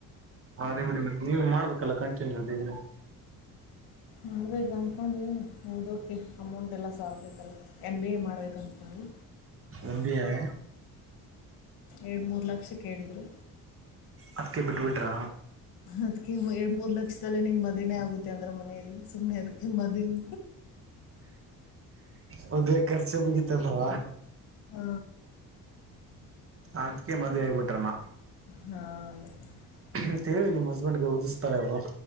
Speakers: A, on the right; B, on the left.
A: ಹ್ಮ್ ನೀವು ಮಾಡ್ಬೇಕಲ್ಲ ಕಂಟಿನ್ಯೂ ಅಲ್ಲಿದ್ರೆ.
B: ಮಾಡ್ಬೇಕು ಅನ್ಡಿ <unintelligible> ಹೌದು ಓಕೆ ಅಮೌಂಟ್ ಎಲ್ಲ ಸಾಾವ ಬೇಕಲ್ಲ ಎಮ್ ಬಿ ಎ ಮಾಡ್ಬೇಕು ಅಂದ್ಕೊಂಡಿ.
A: ಎಂ ಬಿ ಎ
B: ಎರಡು ಮೂರು ಲಕ್ಷ ಕೇಳಿದರು.
A: ಅದಕ್ಕೆ ಬಿಟ್ಬಿಟ್ರಾ.
B: ಅದ್ಕ್ಕೆ ಎರಡ್ ಮೂರ್ ಲಕ್ಷದಲ್ಲೇ ನಿನ್ ಮದನೇ ಆಗುತ್ತೆ ಅಂದ್ರೆ ಮನೇಯಲ್ಲಿ ಸುಮ್ಮ್ನೆ ಅದ್ಕ್ ಮದ ಹ್ಮ್
A: ಹೌದ್ ಖರ್ಚ ಬಗೀತನ್ವಾ
B: ಹ
A: ಅದ್ಕ ಮದುವವೆ ಆಗಬಿಟ್ರಮ್ಮ.
B: ಹೌ
A: ಅಂತ ಹೇಳಿ ನಿಮ್ ಹಸ್ಬೆಂಡ್ಗೆ ಓದಿಸ್ತಾರೆ ಅವ್ರು